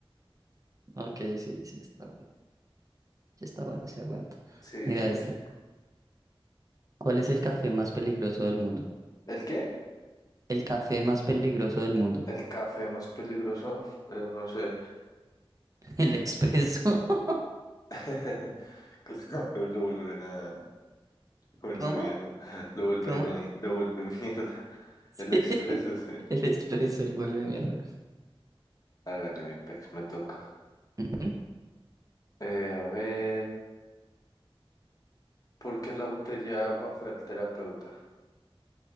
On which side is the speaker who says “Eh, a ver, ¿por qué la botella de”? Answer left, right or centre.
Left